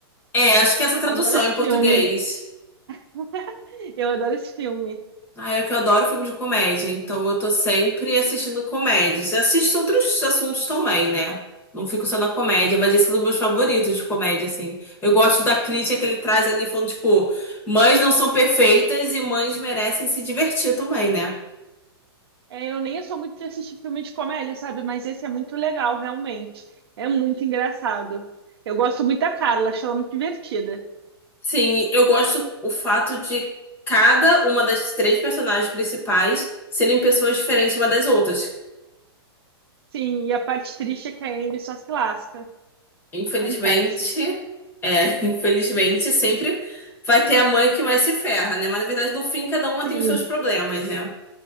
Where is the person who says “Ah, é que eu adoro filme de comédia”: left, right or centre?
Left